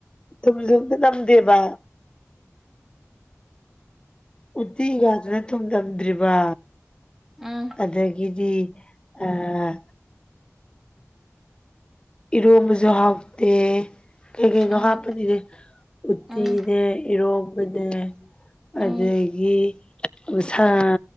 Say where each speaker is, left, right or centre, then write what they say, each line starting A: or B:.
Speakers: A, on the left; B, in the centre.
A: ꯊꯨꯝ ꯁꯨ ꯑꯝꯇ ꯅꯝꯗꯦꯕ ꯎꯇꯤꯒꯥꯗꯨꯅ ꯊꯨꯝꯅꯝꯗ꯭ꯔꯤꯕ
B: ꯎꯝ ꯎꯝ
A: ꯑꯗꯒꯤꯗꯤ ꯑꯥ ꯏꯔꯣꯝꯕꯁꯨ ꯍꯥꯎꯇꯦ ꯀꯩ ꯀꯩꯅꯣ
B: ꯎꯝ
A: ꯍꯥꯞꯄꯅꯤꯅꯦ ꯎꯠꯇꯤꯅꯦ
B: ꯎꯝ
A: ꯏꯔꯣꯝꯕꯅꯦ
B: ꯎꯝ
A: ꯑꯗꯒꯤ ꯎꯁꯥꯔ